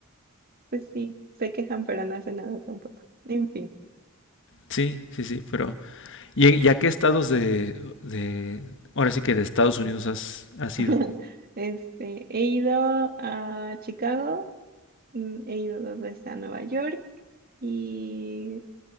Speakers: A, on the right (about 45°); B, on the left (about 60°).
A: Pues sí, se quejan, pero no hace nada tampoco. En fin.
B: Sí, sí, sí, pero... ¿Y, y a qué estados de, de... Ahora sí que de Estados Unidos has, has
A: <laughs>
B: ido?
A: Este, he ido a Chicago, mm, he ido dos veces a Nueva York y